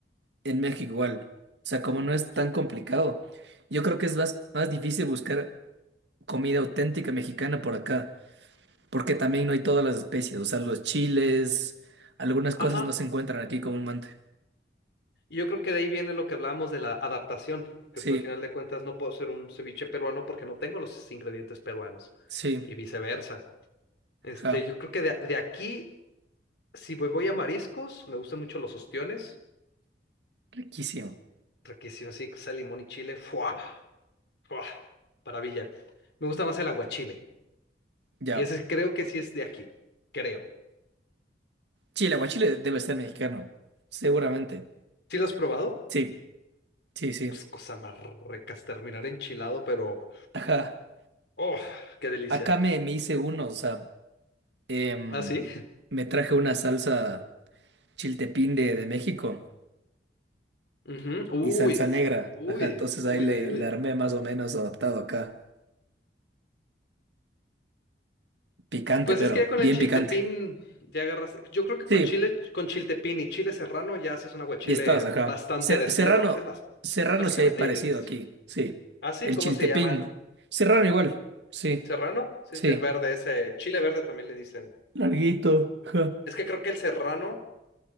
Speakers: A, on the right; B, on the left.
A: en México igual. O sea, como no es tan complicado, yo creo que es más, más difícil buscar comida auténtica mexicana por acá. porque también no hay todas las especies, o sea, los chiles, algunas
B: Ajá.
A: cosas no se encuentran aquí comúnmente.
B: Y yo creo que de ahí viene lo que hablábamos de la adaptación, que
A: Sí,
B: pues, al final de cuentas no puedo hacer un ceviche peruano porque no tengo los ingredientes peruanos
A: sí,
B: y viceversa. Este,
A: ja,
B: yo creo que de, de aquí. Si voy voy a mariscos, me gustan mucho los ostiones.
A: riquísimo.
B: Riquísimo, sí, sal, limón y chile. ¡Fua! ¡Fua! Maravilla. Me gusta más el aguachile.
A: Ya.
B: Y ese creo que sí es de aquí. Creo.
A: Sí, el aguachile debe ser mexicano, seguramente.
B: ¿Sí lo has probado?
A: Sí, sí, sí.
B: Pues cosa más ricas, terminar enchilado, pero.
A: Ajá.
B: ¡Oh! ¡Qué delicia!
A: Acá me, me hice uno, o sea, em,
B: ¿Ah, sí?
A: me traje una salsa chiltepín de, de México
B: Ujú. Uy,
A: y salsa
B: s-
A: negra.
B: uy,
A: Ajá, entonces
B: uy,
A: ahí le,
B: uy,
A: le
B: uy.
A: armé más o menos adaptado acá. Picante,
B: Pues
A: pero
B: es que ya con
A: bien
B: el chiltepín
A: picante.
B: ya agarras. Yo creo que
A: Sí.
B: con chile, con chiltepín y chile serrano ya haces un aguachile
A: Y estabas acá.
B: bastante
A: Ser-
B: de sí.
A: Serrano,
B: Y aparte- es más,
A: Serrano
B: básicamente
A: sí hay parecido
B: ya lo hiciste.
A: aquí, sí.
B: Ah, sí,
A: El
B: ¿cómo
A: Chiltepín.
B: se llama?
A: Serrano igual, sí,
B: ¿Serrano? Sí,
A: sí.
B: sí, el verde, ese chile verde también le dicen.
A: Larguito, ajá.
B: Es que creo que el serrano